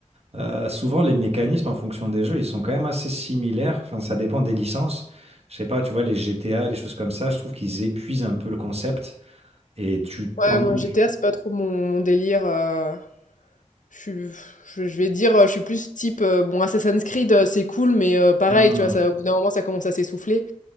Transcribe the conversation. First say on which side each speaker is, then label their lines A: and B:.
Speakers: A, on the right (about 55°); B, on the left (about 85°).
A: Euh, souvent, les mécanismes en fonction des jeux, ils sont quand même assez similaires. Enfin, ça dépend des licences. Je sais pas, tu vois, les GTA, les choses comme ça, je trouve qu'ils épuisent un peu le concept et tu
B: Ouais,
A: t'ennuies
B: moi GTA,
A: vite.
B: c'est pas trop mon, mon délire. euh, je suis, je, je vais dire, euh, je suis plus type. euh, bon, Assassin's Creed, euh, c'est cool, mais euh, pareil,
A: Hmm.
B: tu vois, ça, au bout d'un moment, ça commence à s'essouffler.